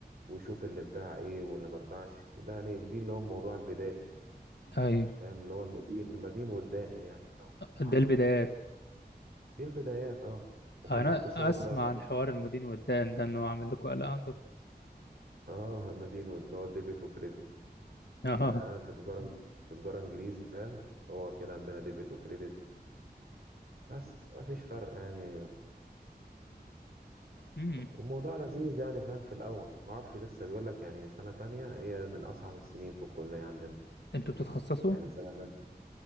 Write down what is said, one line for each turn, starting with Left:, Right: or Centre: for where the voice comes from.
Right: ويشوف اللي اتباع ايه واللي ما اتباعش ده يعني دي اللي هو الموضوع البدائي
Left: ايوه
Right: فاهم اللي هو المدين المدين والدائن يعني لو تسمع
Left: ده
Right: عنه.
Left: البدايات
Right: دي البدايات اه وفي
Left: انا
Right: الاقتصاد
Left: اسمع
Right: بقى
Left: عن حوار المدين والدائن ده انه عامل لكم قلق عندكم
Right: اه همدين اللي هو ديبت وكريدت
Left: اه
Right: انا انا في تجاره في تجاره انجليزي فاهم هو كده عندنا ديبت وكريدت بس ما فيش فرق يعني
Left: امم
Right: الموضوع لذيذ يعني فاهم في الاول ما اعرفش لسه بيقول لك يعني سنه تانية هي من اصعب السنين في الكليه عندنا
Left: انتوا بتتخصصوا
Right: يعني سنه تانية